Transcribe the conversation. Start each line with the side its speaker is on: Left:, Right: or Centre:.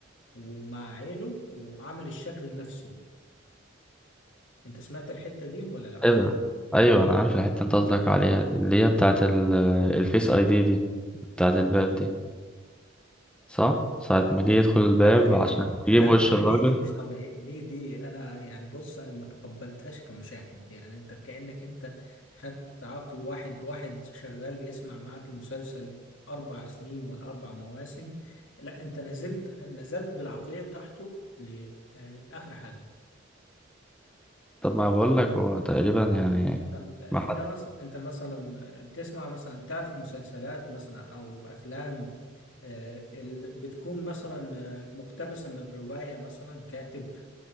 Left: ومع عينه وعمل الشكل نفسه انت سمعت الحتة دي ولا لا؟
Centre: ايه ده ايوه انا عارف الحته انت قصدك عليها دي، اللي هي بتاعه ال- الفيس اي دي دي بتاعه الباب دي صح ساعه ما جه يدخل الباب
Left: ايوه
Centre: عشان
Left: ايوه لا
Centre: يجيب وش
Left: دي
Centre: الراجل
Left: دي دي مش طبيعي دي دي انا يعني بص انا ما تقبلتهاش كمشاهد يعني انت كأنك انت خدت عقل واحد واحد شغال بيسمع معاك المسلسل اربع سنين ولا اربع مواسم لا انت نزلت نزلت بالعقلية بتاعته لاخر حاجة
Centre: طب ما بقول لك هو تقريبا يعني
Left: طب انت
Centre: ما حد
Left: مثلا انت مثلا بتسمع مثلا تعرف مسلسلات مثلا او افلام آه، ال- بتكون مثلا آه، مقتبسة من رواية مثلا كاتب